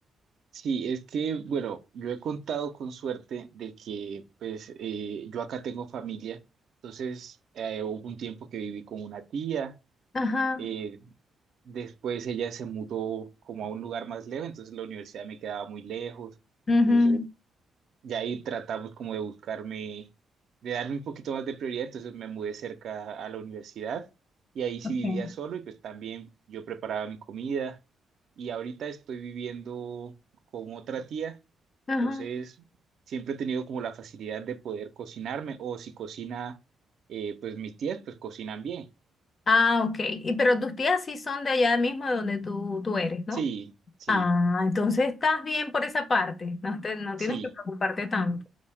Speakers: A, on the right (about 65°); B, on the left (about 40°).
A: sí, es que, bueno, yo he contado con suerte de que, pues, eh, yo acá tengo familia, entonces eh, hubo un tiempo que viví con una tía,
B: Ajá.
A: eh, Después ella se mudó como a un lugar más lejos, entonces la universidad me quedaba muy lejos.
B: ujú,
A: Entonces ya ahí tratamos como de buscarme, de darme un poquito más de prioridad, entonces me mudé cerca a la universidad y ahí sí
B: ok,
A: vivía solo y pues también yo preparaba mi comida y ahorita estoy viviendo con otra tía,
B: Ajá.
A: entonces siempre he tenido como la facilidad de poder cocinarme o si cocina, eh, pues mis tías pues cocinan bien.
B: Ah, ok. Y, pero tus tías sí son de allá mismo de donde tú, tú eres, ¿no?
A: Sí, sí,
B: Ah, entonces estás bien por esa parte. No, te- no
A: sí.
B: tienes que preocuparte tanto.